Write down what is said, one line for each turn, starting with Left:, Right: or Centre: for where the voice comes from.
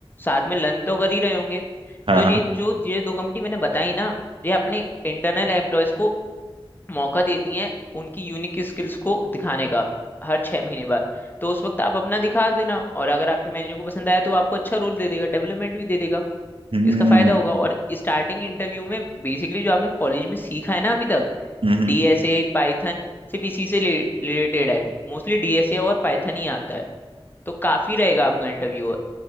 Left: साथ में लर्न तो कर ही रहे होंगे
Right: हाँ
Left: तो ये
Right: हाँ
Left: जो ये दो कंपनी मैंने बताई ना ये अपने इंटरनल एम्प्लॉयज को मौका देती हैं उनकी यूनिक स्किल्स को दिखाने का हर छह महीने बाद तो उस वक्त आप अपना दिखा देना और अगर आपके मैनेजर को पसंद आया तो वो आपको अच्छा रोल दे देगा डेवलपमेंट भी दे देगा
Right: हम्म
Left: इसका फायदा होगा और स्टार्टिंग इंटरव्यू में बेसिकली जो आपने कॉलेज में सीखा है ना अभी तक
Right: हम्म
Left: डीएसए
Right: हम्म।
Left: पाइथन सिर्फ इसी से रिलेटेड है मोस्टली डीएसए और पाइथन ही आता है तो काफी रहेगा आपका इंटरव्यू